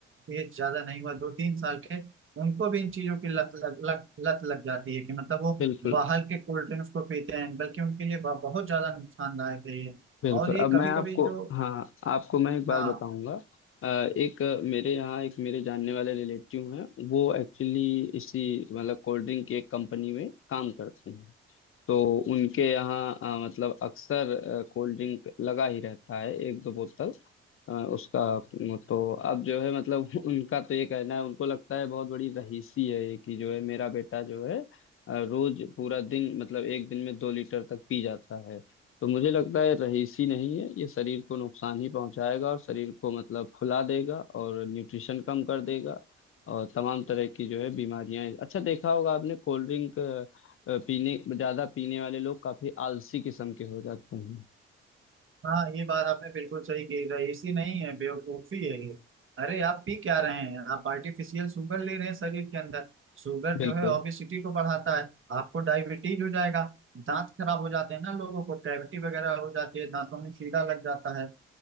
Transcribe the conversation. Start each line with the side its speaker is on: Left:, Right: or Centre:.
Right: एज ज्यादा नहीं हुआ दो तीन साल के उनको भी इन चीजों की लत लग, लग, लत लग जाती है कि मतलब वो
Left: बिल्कुल
Right: बाहर के कोल्ड ड्रिंक्स को पीते हैं बल्कि उनके लिए ब- बहुत ज्यादा नुकसानदायक है ये
Left: बिल्कुल
Right: और ये
Left: अब
Right: कभी
Left: मैं आपको
Right: कभी जो
Left: हाँ आपको मैं एक बात
Right: हाँ
Left: बताऊंगा अ, एक अ, मेरे यहाँ एक मेरे जानने वाले रिलेटिव हैं वो एक्चुअली इसी मतलब कोल्ड ड्रिंक की एक कंपनी में काम करते हैं तो उनके यहाँ अ, मतलब अक्सर अ, कोल्ड ड्रिंक लगा ही रहता है एक दो बोतल अ, उसका अ, तो अब जो है मतलब <laughs> उनका तो ये कहना है उनको लगता है बहुत बड़ी रहीसी है ये कि जो है मेरा बेटा जो है अ, रोज पूरा दिन मतलब एक दिन में दो लीटर तक पी जाता है तो मुझे लगता है रहीसी नहीं है ये शरीर को नुकसान ही पहुंचाएगा और शरीर को मतलब फुला देगा और न्यूट्रिशन कम कर देगा और तमाम तरह की जो है बीमारियां अच्छा देखा होगा आपने कोल्ड ड्रिंक अ, पीने ज्यादा पीने वाले लोग काफी आलसी किस्म के हो जाते हैं
Right: हाँ ये बात आपने बिल्कुल सही कही रईसी नहीं है बेवकूफी है ये अरे आप पी क्या रहे हैं आप आर्टिफिशियल शुगर ले रहे हैं शरीर के अंदर शुगर जो
Left: बिल्कुल
Right: है ओबेसिटी को बढ़ाता है आपको डायबिटीज हो जाएगा दांत खराब हो जाते हैं ना लोगों को कैविटी वगैरह हो जाती है दांतों में कीड़ा लग जाता है